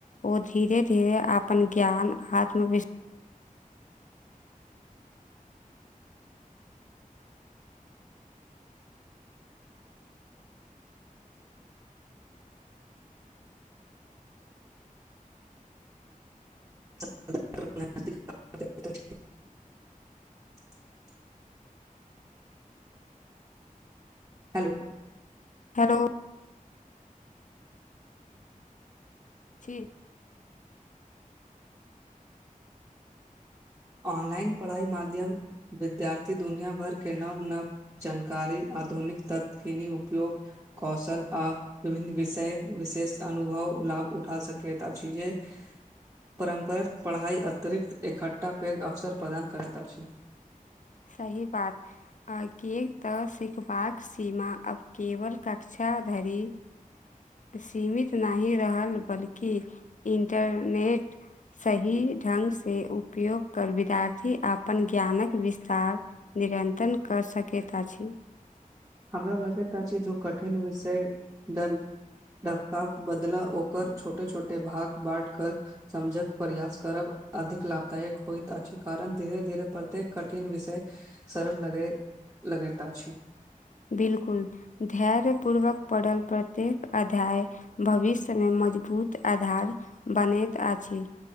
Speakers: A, on the left; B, on the right.
A: ओ धीरे धीरे आपन ज्ञान आत्मविश्
B: <inaudible> हेलो
A: हैलो छी
B: ऑनलाइन पढ़ाई माध्यम विद्यार्थी दुनिया भर के नव नव चनकारी आ आधुनिक ततकिन उपयोग कौशल आ विभिन्न विषय विशेष अनुभव लाभ उठा सकैत आछि जे परम्पर पढ़ाई अतरिक्त एखठ टा पेग अवसर प्रदान करैत अछि
A: सही बात आगे त सिखबाक सीमा अब केवल कक्षा क्षा धरि सीमित नहि रहल बल्कि इंटरने नेट सही ढंग से उपयोग कर विदार्थी आपन ज्ञानक विस् तार नरंतण क सकैत अछि
B: हमरा लगैत अछि जो कठिन विषय दर डककाप बदला ओकर छोटे छोटे भाग बाट कर समझक प्रयास करब अधिक लाभदायक होइत अछि कारण धीरे धीरे प्रत्येक कठिन विषय सरल लगैत अछि
A: बिल्कुल धैर्य पूर्वक पड़ल प्रत्येक अध्याय भविष्यमे म मजबूत आधार बनैत आछि